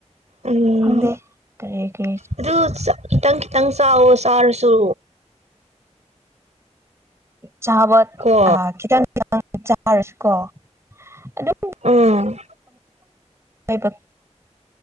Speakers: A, on the right (about 65°); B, on the right (about 20°).
A: ꯎꯝ
B: ꯈꯪꯗꯦ ꯀꯔꯤ ꯀꯔꯤ
A: ꯑꯗꯨ ꯇꯪꯈꯤ ꯇꯪ ꯆꯥꯎ ꯆꯔꯁꯨ
B: ꯆꯥꯕ
A: ꯀꯣ
B: ꯑ ꯈꯤꯇꯪ ꯈꯤꯇꯪ ꯆꯥꯔꯁꯨ ꯀꯣ ꯑꯗꯨꯝ
A: ꯎꯝ
B: ꯀ